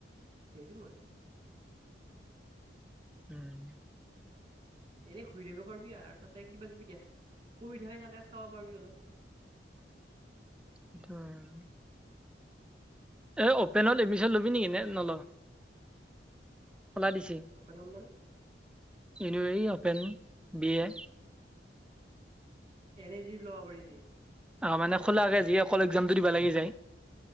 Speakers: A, on the right (about 30°); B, in the centre.
A: গেইছো মই।
B: উম,
A: এনেই ঘূৰি থাকিব পাৰিবি আৰু তাতে কিবা কিবি দেখ কৰি থাকে তাকে চাব পাৰিবি অলপ।
B: সেইটো আৰু এ অপেনত এডমিশন ল'বি নেকি নে নল, খোলা দিছে।
A: অপেনত মানে
B: এনে এই অপেন বি এ।
A: এনেই যি লব পাৰি যি
B: অ', মানে খোলাকে যি অকল এক্সামটো দিব লাগি যায়।